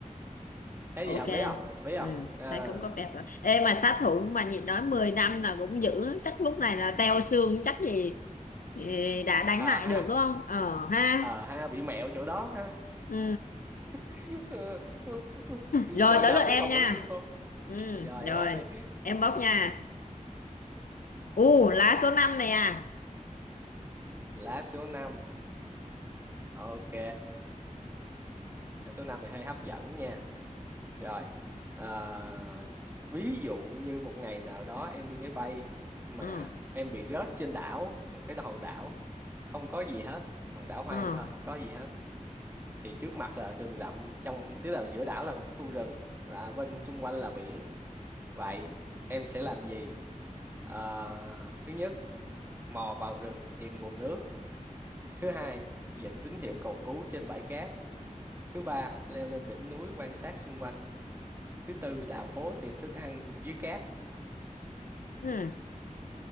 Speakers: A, on the right; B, on the left.
A: thấy
B: ok
A: gì hợp lý không hợp lý không
B: ừ,
A: à,
B: thấy cũng có vẻ rồi ê mà sát thủ mà nhịn nói 10 năm là cũng dữ lắm. chắc lúc này là teo xương chắc gì gì đã đánh
A: à
B: lại
A: ha
B: được đúng không ờ ha
A: ờ ha bị mẹo chỗ đó ha
B: ừ.
A: <laughs>
B: rồi
A: mười
B: tới
A: năm
B: lượt
A: chắc
B: em
A: còn
B: nha
A: bộ xương khô
B: ừ,
A: rồi em
B: rồi
A: bóc đi
B: em bóc nha u lá số 5 này à
A: lá số năm, ok lá số năm thì hơi hấp dẫn nha rồi ờ, ví dụ như một ngày nào đó em đi máy bay mà
B: ừ,
A: em bị rớt trên đảo một cái hòn đảo không có gì hết hòn đảo hoang
B: ừ,
A: thôi không có gì hết thì trước mặt là rừng rậm trong tức là giữa đảo là một cái khu rừng và bên xung quanh là biển Vậy em sẽ làm gì? À, thứ nhất, mò vào rừng tìm nguồn nước. Thứ hai, dựng tín hiệu cầu cứu trên bãi cát. Thứ ba, leo lên đỉnh núi quan sát xung quanh. Thứ tư, đào hố tìm thức ăn dưới cát.
B: ừ.